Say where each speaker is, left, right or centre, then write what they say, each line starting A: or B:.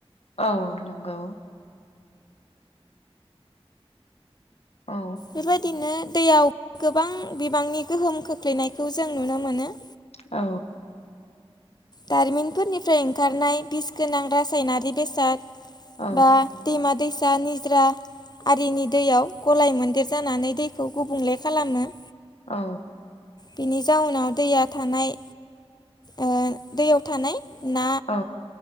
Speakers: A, on the left; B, on the left.
A: औ औ नंगौ। औ
B: बेबायदिनो दैयाव गोबां बिबांनि गोहोम खोख्लैनायखौ जों नुनो मोनो।
A: औ।
B: दारिमिनफोरनिफ्राय ओंखारनाय बिस गोनां रासायनारि बेसाद।
A: औ
B: बा दैमा-दैसा निज्रा आरिनि दैयाव गलाय मोन्देर जानानै दैखौ गुबुंले खालामो।
A: औ।
B: बेनि जाउनाव दैया थानाय ओ दैयाव थानाय ना
A: औ।